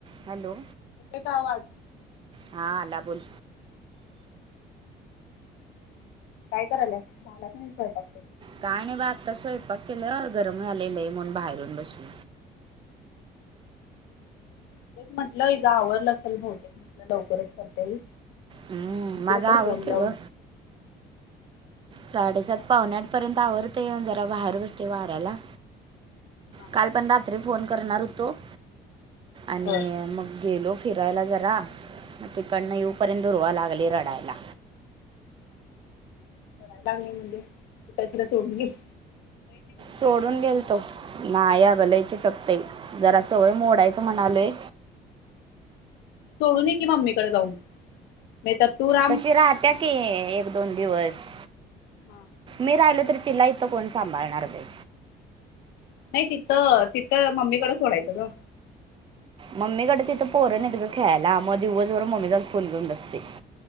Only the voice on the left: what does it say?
एक आवाज
काय करायलास झाला नाही स्वयंकते?
तेच म्हटलं ह आवरलं असेल बहुतेक म्हटलं लवकरच करतई.
बघ तर
फोन लावून
हा
बर
लढायलागले म्हणे कुठ तिला सोडून घेत.
सोडू नय की मम्मीकडे जाऊन. म तर तूर
हा
नाही तिथं तिथं मम्मीकडे सोडायचं ना.